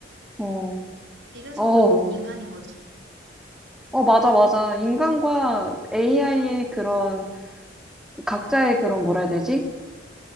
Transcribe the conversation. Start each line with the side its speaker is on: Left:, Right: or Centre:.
Centre: 어,
Right: 이래서
Centre: 어,
Right: 인, 인간인 거지.
Centre: 어, 맞아, 맞아. 인간과 AI의 그런, 각자의 그런, 뭐라 해야 되지?